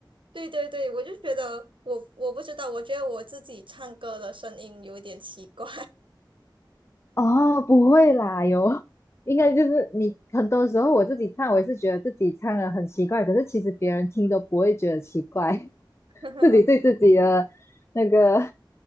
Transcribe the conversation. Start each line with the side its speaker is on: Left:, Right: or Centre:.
Right: 对对对，我就觉得我我不知道，我觉得我自己唱歌的声音有一点奇怪。
Left: 哦，不会啦，有，应该就是你很多时候我自己唱，我也是觉得自己唱的很奇怪，可是其实别人听都不会觉得奇怪。
Right: <laughs>
Left: 自己对自己的那个，